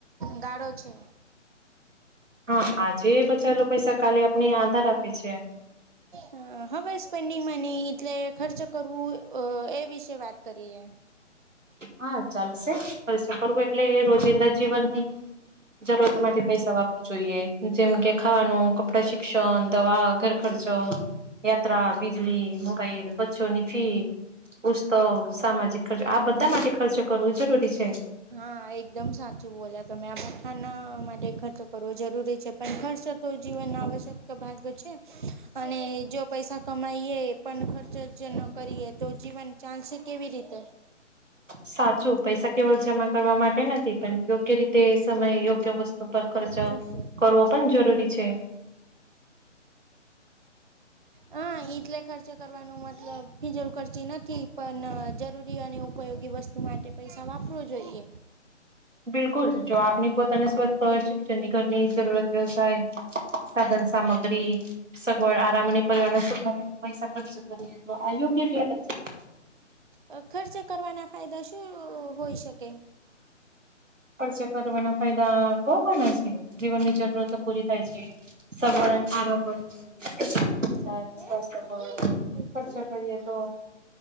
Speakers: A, on the right; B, on the right.
A: ગાઢો છે.
B: હા આજે બચાવેલો પૈસા કાલે આપને આધાર આપે છે.
A: હા અ હવે સ્પેન્ડિંગ મની, એટલે ખર્ચ કરવું, અ એ વિશે વાત કરીએ.
B: હા ચાલશે, ખર્ચા કરવું એટલે રોજિંદા જીવનની જરૂરત માટે પૈસા વાપરવું જોઈએ, જેમ કે ખાવાનું કપડા શીખ ક્ષન, દવા, ઘર ખર્ચો યાત્રા, બિજલી, મોબાઈલ, બચ્ચોની ફી પુસ્તક, સામાજિક ખર્ચ આ બધા માટે ખર્ચો કરવો જરૂરી છે.
A: હા એકદમ સાચું બોલ્યા તમે, આ બથાના માટે ખર્ચો કરવો જરૂરી છે. પણ ખર્ચો તો જીવનના આવશ્યક તો ભાગ છે, અને જો પૈસા કમાઈએ પણ ખર્ચ જ ન કરીએ તો, જીવન ચાલશે કેવી રીતે?
B: સાચું પૈસા કેવલ જમા કરવા માટે નથી, પણ યોગ્ય રીતે સમય યોગ્ય વસ્તુ પર ખર્ચો
A: થશે
B: કરવો પણ જરૂરી છે.
A: હા, એટલે ખર્ચે કરવાનું મતલબ ફિજલ ખર્ચી નથી. પણ જરૂરી અને ઉપયોગી વસ્તુ માટે પૈસા વાપરવું જોઈએ
B: બિલકુલ, જો આપને પોતાને સ્વસ્થ, શિક્ષણની, ઘરની જરૂરત, વ્યવસાય સાધન સામગ્રી, સગવડ આરામ અને પરિવાનો સુખ માટે પૈસા ખર્ચ કરીએ, તો આ યોગ્ય કેલાય છે.
A: અ ખર્ચ કરવાના ફાયદા શું હોય શકે?
B: ખર્ચો કરવાના ફાયદા બઉ ઘણા છે, જીવનની જરૂરતો પૂરી થાય છે સગરો આરો હોય <unintelligible>
A: સાચે
B: પર ખર્ચ કરીએ તો